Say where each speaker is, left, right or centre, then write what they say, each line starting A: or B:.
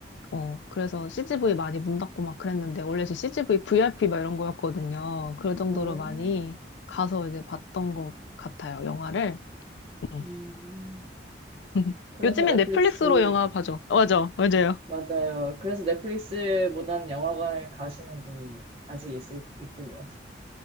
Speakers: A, on the left; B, on the right.
A: 어, 그래서 CGV 많이 문 닫고 막 그랬는데, 원래 제 CGV VIP 막 이런 거였거든요. 그 정도로
B: 어,
A: 많이 가서 이제 봤던 것 같아요, 영화를. 음.
B: 음.
A: <laughs>
B: 그래서
A: 요즘엔
B: 넷플릭스,
A: 넷플릭스로 영화 봐죠. 맞아, 맞아요.
B: 맞아요. 그래서 넷플릭스보단 영화관을 가시는 분이 아직 있, 있군요.